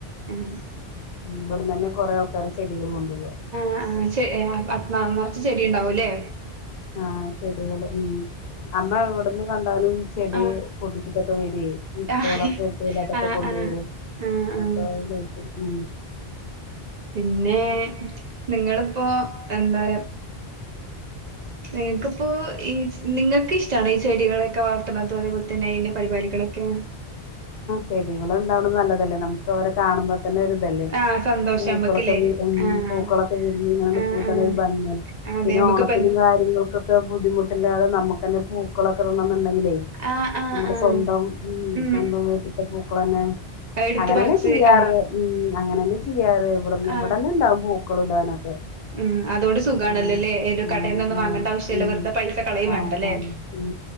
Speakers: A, on the right; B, on the left.
A: ആഹ്
B: ഇവിട തന്നെ കൊറെ ആൾക്കാര് ചെടികള് കൊണ്ടുപോക
A: അ ചെ അ‌ ന നിറച്ച ചെടി ഉണ്ടാവുംല്ലേ
B: ആഹ് ചെടികള് ഉം അമ്മ എവിടന്ന് കണ്ടാലും ചെടി
A: ആഹ്
B: പൊട്ടിച്ചിട്ടക്കെ വരെ വിത്തുകളൊക്കെഇത്തിലപ്പം
A: ആഹ് ആഹ്
B: കൊണ്ട
A: ആഹ്
B: വര
A: ആഹ് ആഹ്
B: അപ്പൊ അ
A: പിന്നെ നിങ്ങിളിപ്പോ എന്താ നിങ്ങൾക്കിപ്പോ ഈ നിങ്ങൾക്ക് ഇഷ്ടണ് ഈ ചെടികളൊക്കെ വളർത്തണതും അതേപോലെ തന്നെ ഇന്നെ പരിപാലിക്കണൊക്കെ
B: ചെടികള ഉണ്ടാവണം നല്ലതല്ലേ നമുക്ക് അവരെ കാണുമ്പോ തന്നെ ഒരുരി ഇതല്ലേ
A: ആഹ് സന്തോഷം
B: പൂക്കളൊക്കെ
A: നമ്മക്കില്ലേ
B: ഉ
A: ആഹ്
B: പൂക്കളൊക്കെ വിരിഞ്ഞ് ഇങ്ങനെ നക്കുമ്പോ
A: ആഹ് ആഹ്
B: തന്നെ ഒരു ഭംഗിയാണ്
A: അതെ
B: പിന്നെ
A: നമ്മക്കിപ്പ
B: ഓണത്തിനും കാര്യങ്ങൾക്കൊക്കെ ബുദ്ധിമുട്ടില്ലാതെ നമ്മുക്ക് തന്നെ പൂക്കളൊക്കെ ഉണ എന്നുണ്ടെങ്കിലേ
A: ആഹ് ആഹ്
B: നമ്മുടെ
A: ആഹ്
B: സ്വന്തം ഉ
A: ഉം
B: സ്വന്തം വീട്ടിത്തെ പൂക്കളന്നെ
A: എടുത്ത്
B: അങ്ങനെ
A: പറിച്ച്
B: തന്നെ ചെയ്യാറ്
A: ആഹ്
B: ഉ അങ്ങനെ തന്നെ ചെയ്യാറ് ഇവിടെ
A: ആഹ്
B: ഇവിടെന്നെ ഇണ്ടാവും പൂക്കൾ ഇടാന ക്കെ
A: ഉം അതോണ്ട് സുഖാണല്ലോല്ലേ
B: ഉ
A: ഏതോ
B: ആ
A: കടേന്നൊന്നും
B: ആ
A: വാങ്ങണ്ട ആവശ്യല്ല
B: ഉ
A: വെറുതെ പൈസ കളയും
B: ആ
A: വേണ്ടല്ലേ
B: ആ ഉ